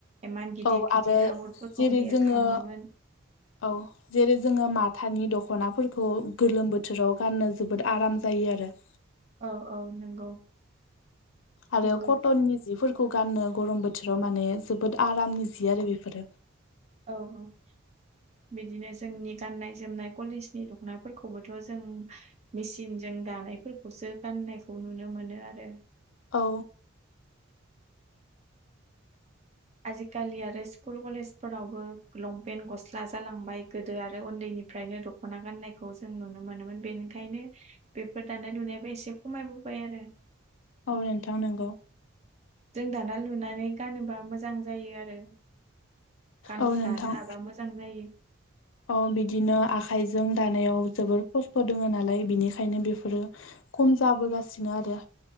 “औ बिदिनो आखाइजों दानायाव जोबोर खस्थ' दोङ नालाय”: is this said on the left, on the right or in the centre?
Left